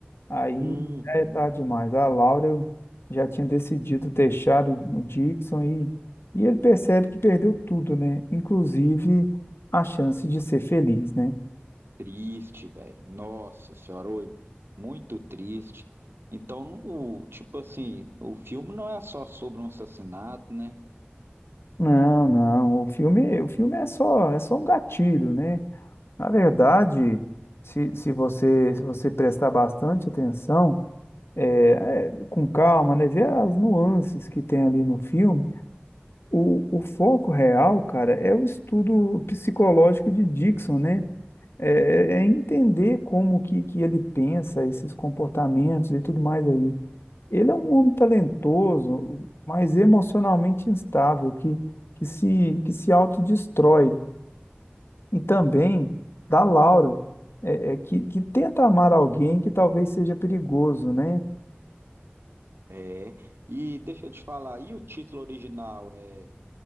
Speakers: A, on the left (about 85°); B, on the right (about 80°).
A: aí
B: Uhum.
A: já é tarde demais. A Laura já tinha decidido deixar o, o Dixon e, e ele percebe que perdeu tudo, né? Inclusive a chance de ser feliz, né?
B: Triste, velho. Nossa senhora, oi, muito triste. Então, no- o, tipo assim, o filme não é só sobre um assassinato, né?
A: Não, não, o filme, o filme é só, é só um gatilho, né? Na verdade, se, se você, se você prestar bastante atenção, é, com calma, né? Ver as nuances que tem ali no filme. O, o foco real, cara, é o estudo psicológico de Dixon, né? É, é é entender como que, que ele pensa, esses comportamentos e tudo mais aí. Ele é um homem talentoso, mas emocionalmente instável, que, que se, que se autodestrói. E também da Laura, é, é, que, que tenta amar alguém que talvez seja perigoso, né?
B: É. E deixa eu te falar, e o título original é